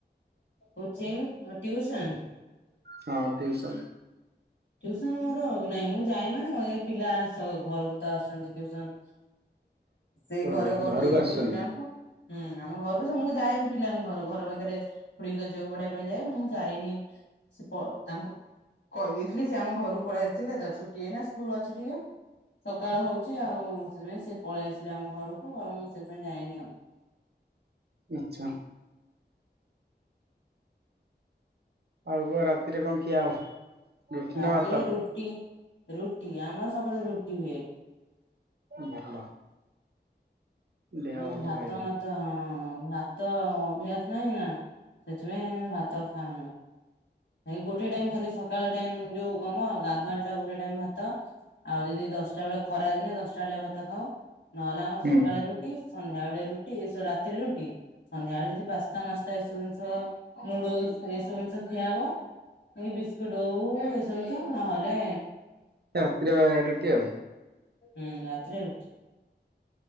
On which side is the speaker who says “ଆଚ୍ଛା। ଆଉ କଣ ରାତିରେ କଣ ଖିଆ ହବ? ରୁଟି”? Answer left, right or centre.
Right